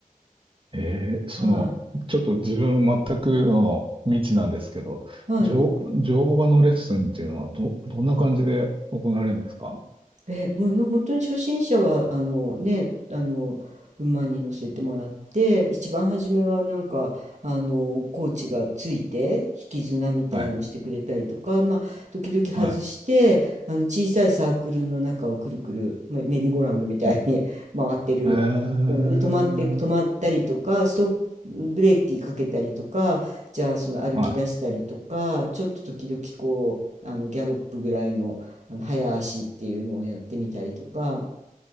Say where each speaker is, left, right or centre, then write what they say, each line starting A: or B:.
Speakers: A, on the right; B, on the right.
A: ええその、
B: は
A: ちょっと自分全くの未知なんですけど、
B: い、はい、
A: 乗、乗馬のレッスンっていうのはど、どんな感じで行われるんですか
B: え、もうの本当に初心者はあのね、あの馬に乗せてもらって、一番初めはなんかあのコーチがついて引き綱みたいのしてくれたりとか、
A: はい
B: まあ時々外して、
A: は
B: あの小さいサークルの中をくるくる、まあ、メリーゴーラウンドみたいに
A: い。え、
B: <laughs> 回ってる。
A: えー、
B: で止まって止まったりとか、ストップブレーキかけたりとか、じゃあその歩き出したりとか、
A: は
B: ちょっと時々こうあのギャロップぐらいの。あの早足っていうのをやってみたりとか、